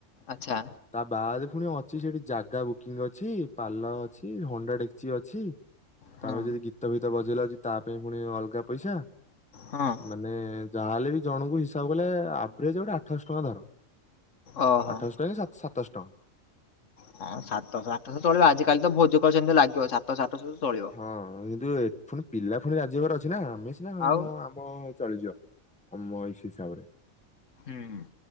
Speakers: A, on the left; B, in the centre.
A: ଆଚ୍ଛା।
B: ତା ବାଦ୍ ପୁଣି ଅଛି ସେଠି ଜାଗା ବୁକିଂ ଅଛି ପାଲ ଅଛି ହୁଣ୍ଡା ଡେକ୍ଚି ଅଛି।
A: ହଁ
B: ତାପରେ ଯଦି ଗୀତ ଫୀତ ବଜେଇଲ ତା ପାଇଁ ପୁଣି ଅଲଗା ପଇସା।
A: ହଁ।
B: ମାନେ ଯାହାହେଲେ ବି ଜଣଙ୍କୁ ହିସାବ କଲେ ଆଭ୍ରେଜ୍ ଗୋଟେ ଆଠଶହ ଟଙ୍କା ଧର।
A: ଓହୋ।
B: ଆଠଶହ ଟଙ୍କା କି ସାତଶ୍ ଟଁ।
A: ହଁ ସାତଶହ ଆଠଶହ ଚଳିବ ଆଜିକାଲି ତ ଭୋଜ କରୁଛନ୍ତି ଲାଗିବ ସାତଶହ ଆଠଶହ ଚଳିବ।
B: ହଁ କିନ୍ତୁ ଏ ପୁଣି ପିଲା ପୁଣି ରାଜି ହବାର ଅଛି ନା ଆମେ ସିନା ହଁ
A: ଆଉ
B: ହଁ ଆ ମ ଚଳିଯିବ ଆମ ଏଇ ହିସାବରେ।
A: ହୁଁ ହୁଁ।